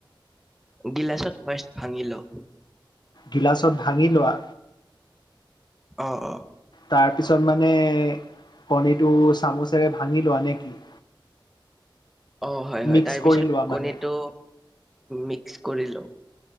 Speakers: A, in the centre; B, on the left (about 55°).
A: গিলাচত ফাৰ্ষ্ট ভাঙিলো
B: গিলাচত ভাঙি লোৱা
A: অ' অ'।
B: তাৰপিছত মানে কণীটো চামুচেৰে ভাঙি লোৱা নে কি?
A: অ', হয় হয়,
B: মিক্স
A: তাৰপিছত
B: কৰি লোৱা মানে
A: কণীটো মিক্স কৰিলো।